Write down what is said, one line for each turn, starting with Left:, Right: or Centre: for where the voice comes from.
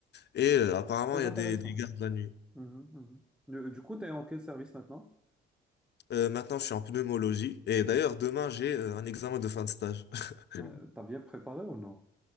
Left: Et euh, apparemment,
Centre: Très
Left: il y
Centre: intéressant.
Left: a des, des gardes la nuit.
Centre: Mhm, mhm. Du, du coup, t'es en quel service maintenant?
Left: Euh, maintenant, je suis en pneumologie. Et d'ailleurs, demain, j'ai euh, un examen de fin de stage. <laughs>
Centre: Euh, t'as bien préparé ou non?